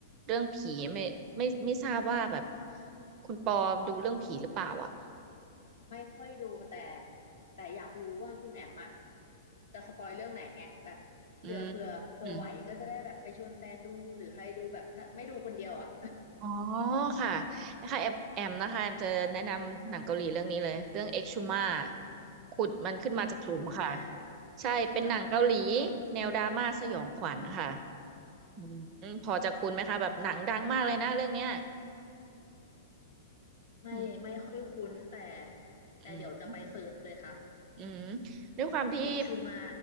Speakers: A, on the right; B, on the left.
A: เรื่องผีไม่ไม่ไม่ทราบว่าแบบคุณปอดูเรื่องผีหรือเปล่าอ่ะ
B: ไม่ค่อยดูแต่แต่อยากรู้ว่าคุณแอมอะจะสปอยเรื่องไหนไงแบบเผื่อเผื่อเผื่อไหวก็จะได้แบบไปชวนแฟนดูหรือใครดูแบบถ้าไม่ดูคนเดียวอะ
A: อืมอืมอ๋อค่ะนะคะแอมแอมนะคะแอมจะแนะนำหนังเกาหลีเรื่องนี้เลยเรื่องเอ็กชูมาขุดมันขึ้นมาจากหลุมค่ะ
B: เอฟชูมา
A: ใช่เป็นหนังเกาหลี
B: ค่ะ
A: แนวดราม่าสยองขวัญค่ะ อืมอืมพอจะคุ้นไหมคะแบบหนังดังมากเลยนะเรื่องเนี้ย
B: ไม่ไม่ค่อยคุ้นแต่
A: อืม
B: แต่เดี๋ยวจะไปเสิร์ชเลยค่ะ
A: อืมอืมด้วยความที่
B: เอ็กชูมา